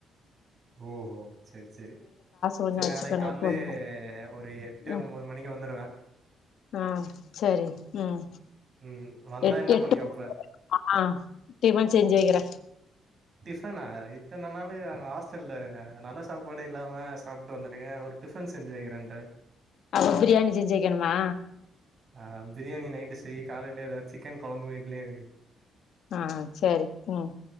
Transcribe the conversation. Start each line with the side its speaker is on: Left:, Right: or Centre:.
Right: ஓஹோ செரி செரி
Left: கொஞ்சோ
Right: செரி
Left: வச்சுக்கணு
Right: நாளைக் கால்லியே
Left: எப்பவுமே
Right: ஒரு எட்டு
Left: ம்
Right: ஒம்போது மணிக்கு வந்துருவே
Left: ஆ செரி ம்
Right: ம் வந்தா
Left: எட்
Right: என்னா
Left: எட்டு
Right: பண்ணி வெப்ப
Left: ஆ டிபன் செஞ்சு வெக்கிறே
Right: ஃபனா இத்தன நாலு அங்க ஹாஸ்டல்ல நல்ல சாப்பாடே இல்லாம சாப்ட்டு வந்திருக்கே ஒரு டிஃபன் செ ஞ்சு வெக்றேன்ற
Left: அப்ப பிரியாணி செஞ்சு வெக்கணுமா
Right: ஆ பிரியாணி நைட்டு செய்யி காலைல எதா சிக்கன் கொழம்பு இட்லியு வெய்
Left: ஆ சேரி ம்